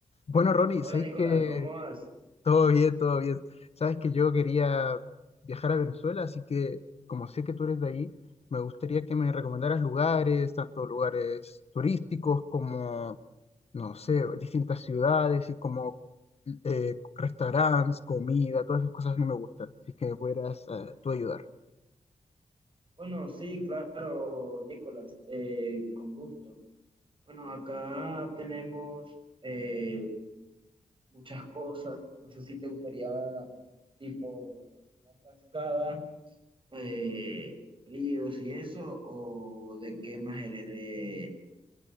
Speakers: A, on the left; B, on the right.
A: Bueno, Ronnie,
B: Hola
A: sabéis
B: Nicolás,
A: que
B: ¿cómo vas?
A: todo bien, todo bien. Sabes que yo quería viajar a Venezuela, así que como sé que tú eres de ahí, me gustaría que me recomendaras lugares, tanto lugares turísticos como, no sé, distintas ciudades y como eh, restaurantes, comida, todas esas cosas a mí me gustan. Así que me pudieras eh, tú ayudar.
B: Bueno, sí, claro, Nicolás, eh, con gusto. Bueno, acá tenemos eh, muchas cosas. No sé si te gustaría tipo una cascada, eh, ríos y eso, o de qué más eres de,